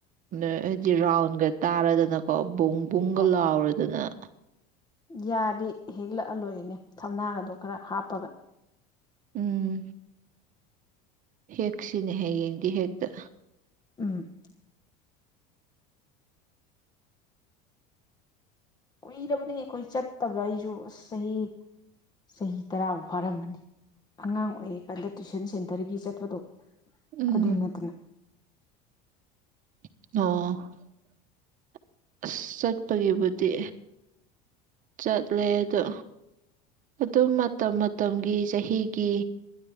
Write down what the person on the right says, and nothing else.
ꯑꯗꯩꯩ ꯍꯥꯏꯗꯤ ꯔꯥꯎꯟꯒ ꯇꯥꯔꯗꯅꯀꯣ ꯕꯨꯡ ꯄꯨꯡꯒ
ꯂꯥꯎꯔꯗꯅ ꯅ
ꯎꯝ ꯍꯦꯛꯁꯤꯅꯦ ꯍꯌꯦꯡꯗꯤ ꯍꯦꯛꯇ
ꯎꯝ
ꯑꯣ ꯑꯁ ꯆꯠꯄꯒꯤꯕꯨꯗꯤ ꯆꯠꯂꯦ ꯑꯗꯣ ꯑꯗꯨꯝ ꯃꯇꯝ ꯃꯇꯝꯒꯤ ꯆꯍꯤꯒꯤ